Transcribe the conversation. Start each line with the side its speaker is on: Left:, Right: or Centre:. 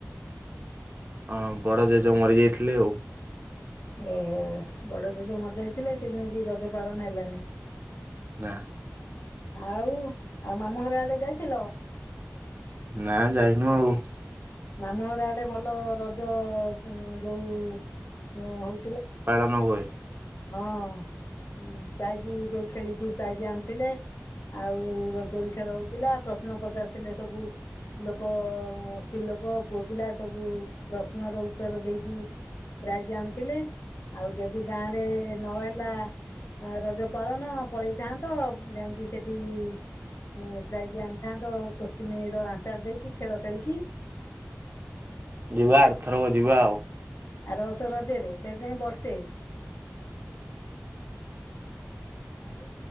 Right: ହଁ ବଡ ଜେଜ ମରି ଯାଇଥିଲେ ଆଉ।
Left: ଓହୋ ବଡ ଜେଜ ମଜାଇଥିଲେ ସେ ନେଇକି ରଜ ପାଳନ ହେଲାନି?
Right: ନା
Left: ଆଉ ଆଉ ମାମୁଁ ଘର ଆଡେ ଯାଇଥିଲ?
Right: ନା ଯାଇନୁ ଆଉ
Left: ମାମୁଁଘର ଆଡେ ଭଲ ରଜ ଯୋଉ ହଉ
Right: ପାଳନ ହୁଏ।
Left: ହଁ ହଁ ପ୍ରାଇଜି ଯୋଉ ଖେଳିକି ପ୍ରାଇଜି ଆଣୁଥିଲେ ଆଉ ରଦୋଳି ଖେଳ ହଉଥିଲା ପ ନ୍ନ ପଚାରୁଥିଲେ? ସବୁ ଲୋକ-ଅ-ଉମ ସ୍ତ୍ରୀ ଲୋକ। ତାଙ୍କ ପୁଅ ପିଲା ସବୁ। ପ୍ରଶ୍ନର ଉତ୍ତର ଦେଇକି ପ୍ରାୟ ଜାଣିଥିଲେ। ଆଉ ଯଦି ଗାଁରେ ନହେଲା ରଜ ପାଳନ, ପଳେଇଥାନ୍ତ। ଯାଇଁକି ସେଠି-ଇ ପ୍ରାଇଜ ଆଣିଥାନ୍ତ। କୋଶ୍ଚିିନ ର ଆନ୍ସର ଦେଇକି, ଖେଳ ଖେଳିକି।
Right: ଯିବା ଆରଥରକ ଯିବା ଆଉ।
Left: ଆରବଷ ରଜରେ, ଫେର୍ ଯାଇ ବର୍ଷେ। ଆଉ,